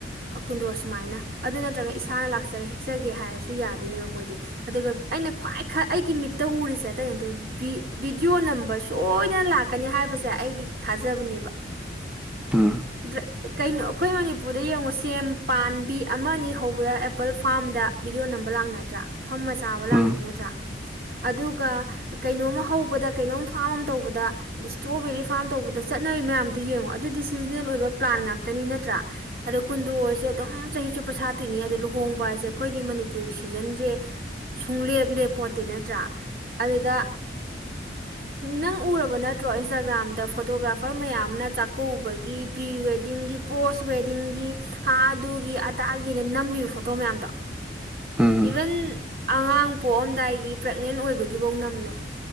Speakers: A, on the right; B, in the centre.
A: ꯀꯨꯟꯗꯣ ꯁꯨꯃꯥꯏꯅ ꯑꯗꯨ ꯅꯠꯇ꯭ꯔꯒ ꯏꯁꯥꯅ ꯂꯥꯛꯆꯔꯦ ꯍꯦꯛꯆꯒꯦ ꯍꯥꯏꯔꯁꯨ ꯌꯥꯗꯣꯏꯅꯦꯕ ꯃꯣꯏꯗꯤ ꯑꯗꯨꯒ ꯑꯩꯅ ꯈ꯭ꯋꯥꯏ ꯑꯩꯒꯤ ꯃꯤꯠꯇ ꯎꯔꯤꯁꯦ ꯑꯇꯩ ꯅꯠꯇꯦꯕ ꯚꯤꯗꯤꯑꯣ ꯅꯝꯕ ꯁꯣꯏꯗꯅ ꯂꯥꯛꯀꯅꯤ ꯍꯥꯏꯕꯁꯦ ꯑꯩꯒꯤ ꯊꯥꯖꯕꯅꯦꯕ-
B: ꯎꯝ
A: ꯑꯗ ꯀꯩꯅꯣ ꯑꯩꯈꯣꯏ ꯃꯅꯤꯄꯨꯔꯗ ꯌꯦꯡꯉꯣ ꯁꯦꯝ ꯄꯥꯕꯤ ꯑꯃ ꯑꯅꯤ ꯍꯧꯕꯗ ꯑꯦꯄꯜ ꯐꯥꯝꯗ ꯕꯤꯗꯤꯑꯣ ꯅꯝꯕ ꯂꯥꯛꯅꯗ꯭ꯔꯥ ꯐꯝ ꯃꯆꯥꯕ ꯂꯥꯛꯅꯩ
B: ꯎꯝ
A: ꯅꯠꯇ꯭ꯔꯥ ꯑꯗꯨꯒ ꯀꯩꯅꯣꯝꯃ ꯍꯧꯕꯗ ꯀꯩꯅꯣꯝ ꯐꯥꯝ ꯑꯃ ꯇꯧꯕꯗ ꯑꯗꯩ ꯏꯁꯇ꯭ꯔꯣꯕꯦꯔꯤ ꯐꯥꯔꯝ ꯇꯧꯕꯗ ꯆꯠꯅꯔꯤ ꯃꯌꯥꯝꯗꯨ ꯌꯦꯡꯉꯣ ꯑꯗꯨꯗꯤ ꯁꯤꯖꯟꯅꯜ ꯑꯣꯏꯕ ꯄ꯭ꯂꯥꯟ ꯉꯥꯛꯇꯅꯤ ꯅꯠꯇ꯭ꯔꯥ ꯑꯗꯣ ꯀꯨꯟꯗꯣꯁꯦ ꯑꯗꯨꯝ ꯆꯍꯤ ꯆꯨꯞꯄ ꯁꯥꯠꯇꯣꯏꯅꯤ ꯑꯗꯨꯗꯣ ꯂꯨꯍꯣꯡꯕ ꯍꯥꯏꯁꯦ ꯑꯩꯈꯣꯏꯗꯤ ꯃꯅꯤꯄꯨꯔꯒꯤ ꯁꯤꯖꯟꯁꯦ ꯁꯨꯡꯂꯦꯞ ꯂꯦꯞꯄꯣꯠꯇꯦ ꯅꯠꯇ꯭ꯔꯥ ꯑꯗꯨꯗ ꯅꯪ ꯎꯔꯕ ꯅꯠꯇ꯭ꯔꯣ ꯏꯟꯁꯇꯥꯒ꯭ꯔꯥꯝꯗ ꯐꯣꯇꯣꯒ꯭ꯔꯥꯐꯔ ꯃꯌꯥꯝ ꯑꯃꯅ ꯆꯥꯛꯀꯧꯕꯒꯤ ꯄ꯭ꯔꯤ ꯋꯦꯗꯤꯡꯒꯤ ꯄꯣꯁ ꯋꯦꯗꯤꯡꯒꯤ ꯍꯥ ꯑꯗꯨꯒꯤ ꯑꯗꯥꯒꯤꯅ ꯅꯝꯃꯤꯕ ꯐꯣꯇꯣ ꯃꯌꯥꯝꯗꯣ
B: ꯎꯝ
A: ꯏꯚꯟ ꯑꯉꯥꯡ ꯄꯣꯛꯑꯝꯗꯥꯏꯒꯤ ꯄ꯭ꯔꯦꯅꯦꯟ ꯑꯣꯏꯕꯒꯤꯐꯧ ꯅꯝꯃꯦ